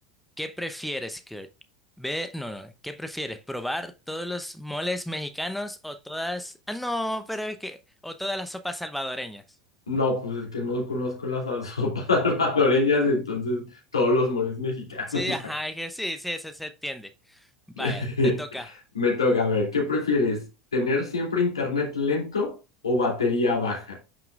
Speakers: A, in the centre; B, on the left.
A: ¿qué prefieres, Kurt? Ve, no, no, ¿qué prefieres? ¿Probar todos los moles mexicanos o todas... Ah, no, pero es que... o todas las sopas salvadoreñas.
B: No, pues es que no conozco las sal- sopas <laughs> salvadoreñas, entonces todos los moles mexicanos.
A: Sí, ajá, es que sí, sí, eso se entiende. Vaya,
B: <laughs>
A: te toca.
B: Me toca, a ver, ¿qué prefieres? ¿Tener siempre internet lento o batería baja?